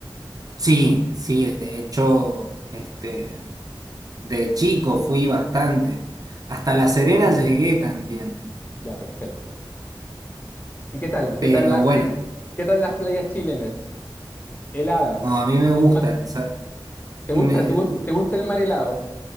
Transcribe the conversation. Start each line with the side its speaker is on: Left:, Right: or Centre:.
Right: Sí, sí, de hecho, este, de chico fui bastante. Hasta La Serena llegué también.
Left: Ya, perfecto. ¿Y qué tal? ¿Qué
Right: Pero
Left: tal la,
Right: bueno,
Left: qué, qué tal las playas chilenas? Heladas.
Right: como a mí me gusta.
Left: El ma-
Right: o sea,
Left: ¿Te
Right: me-
Left: gusta, te gu- te gusta el mar helado?